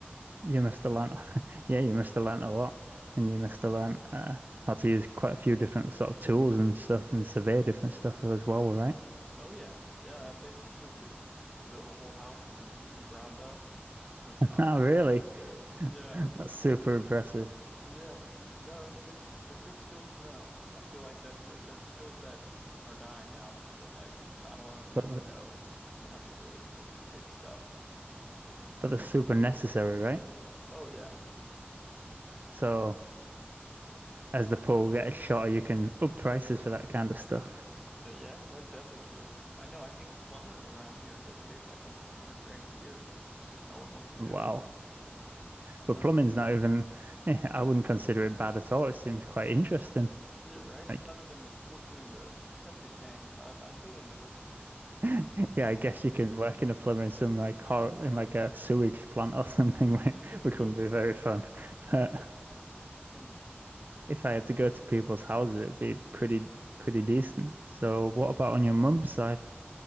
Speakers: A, on the right (about 45°); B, in the centre.
A: You must have learned, <laughs> yeah, you must have learned a lot, and you must have learned uh, how to use quite a few different sort of tools and stuff, and survey different stuff as well, right?
B: oh yeah yeah i basically could build a whole house from ground up which
A: <laughs>
B: i've
A: Oh,
B: always
A: really?
B: wanted to do
A: <laughs>
B: yeah
A: That's super impressive,
B: yeah no it's it's they're good skills to know i feel like that's uh, they're skills that are dying out i feel like not a lot of people
A: but th-
B: i know have the ability to fix stuff
A: but that's super necessary, right?
B: oh yeah
A: So. As the pool gets shorter, you can up prices for that kind of stuff.
B: Yeah, yeah, that's definitely true. I know. I think plumbers around here get paid like almost a hundred grand a year just because no one wants to do
A: Wow.
B: it. I know.
A: But plumbing's not even, <laughs> eh, I wouldn't consider it bad at all. It seems quite interesting.
B: Yeah, right.
A: Like,
B: Other than working in the septic tanks, I'd I'd be into it.
A: <laughs> yeah, I guess you can work in a plumber in some like hor in like a sewage plant or something, <laughs> whi-
B: <laughs>
A: which
B: Yeah.
A: wouldn't be very fun. <laughs> But
B: Hmm.
A: if I had to go to people's houses, it'd be pretty pretty decent. So, what about on your mum's side?